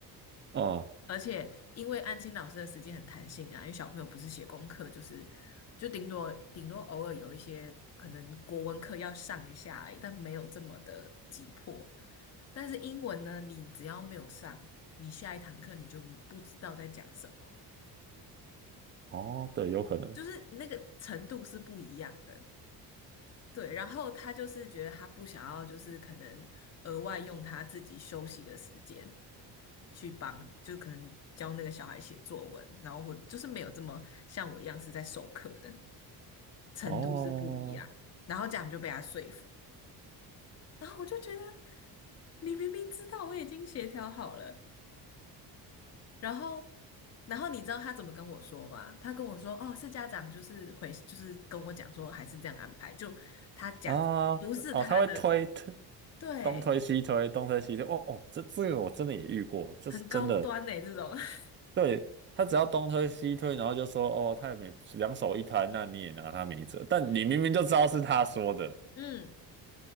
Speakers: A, on the right; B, on the left.
A: 嗯，
B: 而且因为安亲老师的时间很弹性啊，因为小朋友不是写功课，就是就顶多顶多偶尔有一些可能国文课要上一下而已，但没有这么的急迫。但是英文呢，你只要没有上，你下一堂课你就不知道在讲什么，
A: 哦，对，有可能。
B: 就是那个程度是不一样的。对，然后他就是觉得他不想要，就是可能额外用他自己休息的时间去帮，就可能教那个小孩写作文，然后或就是没有这么像我一样是在授课的程度是不一样，
A: 哦，
B: 然后这样就被他说服，然后我就觉得你明明知道我已经协调好了，然后然后你知道他怎么跟我说吗？他跟我说哦，是家长就是回就是跟我讲说还是这样安排，就他假装不是他的。
A: 啊，哦，他会推推，
B: 对，
A: 东推西推，东推西推。哦哦，这这个我真的也遇过，就是真的，
B: 很高端呢、这种，<laughs>
A: 对，他只要东推西推，然后就说哦，他也没两手一摊，那你也拿他没辙。但你明明就知道是他说的，
B: 嗯，